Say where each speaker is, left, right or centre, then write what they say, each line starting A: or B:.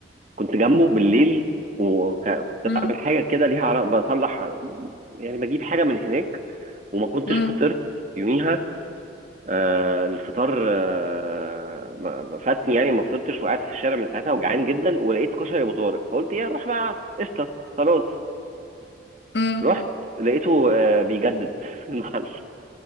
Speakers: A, on the right; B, on the left.
A: كنت جنبه بالليل وكنت
B: مم.
A: بعمل حاجه كده ليها علاقه بطلع يعني بجيب حاجه من هناك وما كنتش
B: امم
A: فطرت يوميها آه، الفطار آه، ما- ما فاتني يعني ما فطرتش وقعدت في الشارع من ساعتها وجعان جدا ولقيت كشري ابو طارق فقلت ايه اروح بقى قشطه خلاص
B: امم
A: رحت لقيته آه، بيجدد <laughs> المحل